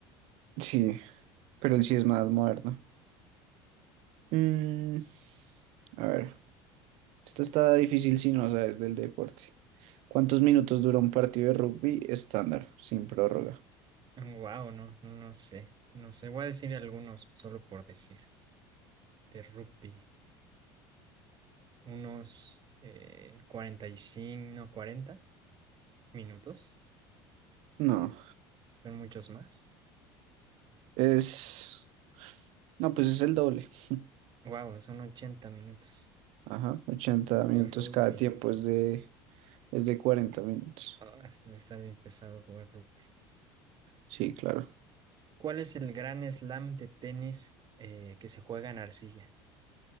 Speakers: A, on the right (about 65°); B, on the right (about 40°).
A: Sí, pero él sí es más moderno. Mm, a ver, esto está difícil si no sabes del deporte. ¿Cuántos minutos dura un partido de rugby estándar, sin prórroga?
B: Wow, no, no sé. No sé. Voy a decir algunos solo por decir. De rugby. unos eh, 45 no, cuarenta minutos.
A: No,
B: Son muchos más.
A: es... No, pues es el doble. <laughs>
B: Wow, son ochenta minutos
A: Ajá, ochenta minutos
B: de rugby.
A: cada tiempo es de, es de 40 minutos.
B: Ah, debe estar bien pesado jugar rugby.
A: Sí, claro.
B: ¿Cuál es el gran slam de tenis eh, que se juega en arcilla?